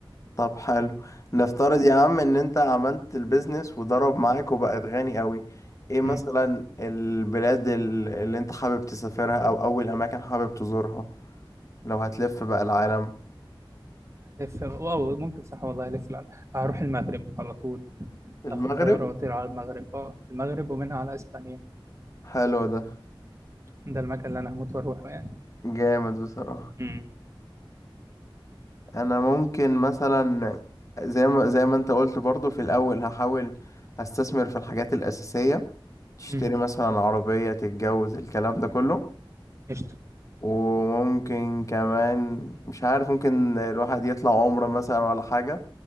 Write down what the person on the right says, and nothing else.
مم.
لف واو ممكن صح والله الف العالم هروح المغرب على طول
اخد طياره واطير على المغرب اه المغرب ومنها على اسبانيا
ده المكان اللي انا هموت واروحه يعني
امم
امم
قشطه